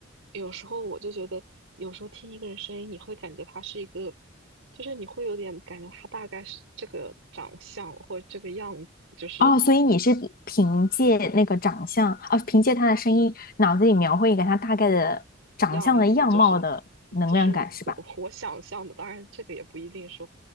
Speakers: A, on the right; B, on the left.
A: 有时候我就觉得，有时候听一个人声音，你会感觉他是一个，就是你会有点感觉他大概是这个长相或者这个样子，就是
B: 哦，所以你是凭借那个长相，啊，凭借他的声音，脑子里描绘一个他大概的长相的样貌的能量感，
A: 样子，就是就是我我想象的，
B: 是吧？
A: 当然这个也不一定说